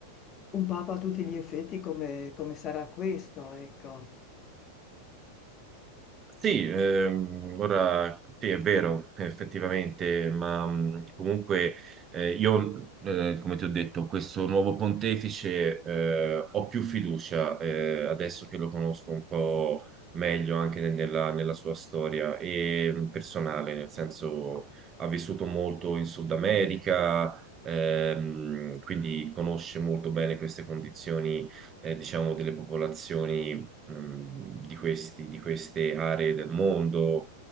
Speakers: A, on the left (about 30°); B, on the right (about 25°).
A: un papa a tutti gli effetti come, come sarà questo, ecco.
B: Sì, ehm, ora sì, è vero, effettivamente, ma mh, comunque eh, io, eh, come ti ho detto, questo nuovo pontefice eh, ho più fiducia eh, adesso che lo conosco un po' meglio anche ne- nella, nella sua storia e mh, personale, nel senso ha vissuto molto in Sud America, ehm, quindi conosce molto bene queste condizioni, eh, diciamo, delle popolazioni mh, di questi- di queste aree del mondo.